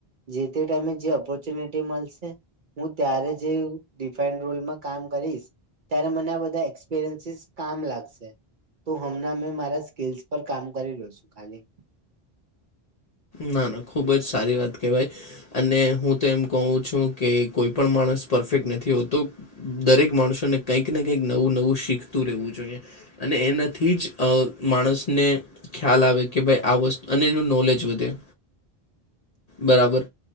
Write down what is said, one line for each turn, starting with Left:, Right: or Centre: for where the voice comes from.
Right: જે તે ટાઈમે જે ઓપોર્ચ્યુનિટી મળશે હું, ત્યારે જે ડિફાઈ રોલમાં કામ કરીશ, ત્યારે મને બધા એક્સપિરયન્સીસ કામ લાગશે. તો હમણાં મે મારા સ્કીલસ પર કામ કરી રહ્યો છું ખાલી.
Left: ના ના, ખુબ જ સારી વાત કેવાય. અને હું તો એમ કહું છું કે કોઈ પણ માણસ પરફેક્ટ નથી હોતો. દરેક માણસોને કંઈક ને કંઈક નવું નવું શીખતું રહેવું જોઈએ. અને એનાથી જ અ માણસને ખ્યાલ આવે કે ભાઈ આ વસ્તુ અને એનું નોલેજ વ ધે બરાબર.